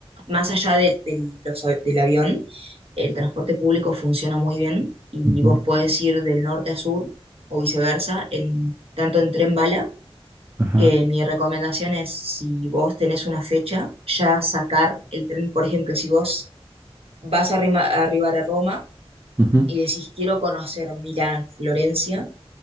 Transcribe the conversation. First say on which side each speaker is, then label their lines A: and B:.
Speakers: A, on the right (about 65°); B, on the right (about 20°).
A: más allá de, de los av- del avión, el transporte público funciona muy bien y
B: Ujú.
A: vos podés ir del norte a sur o viceversa, en, tanto en tren bala
B: Ajá.
A: que mi recomendación es, si vos tenés una fecha, ya sacar el tren. Por ejemplo, si vos vas a arrima- a arribar a Roma
B: ujú,
A: y decís, quiero conocer Milán, Florencia,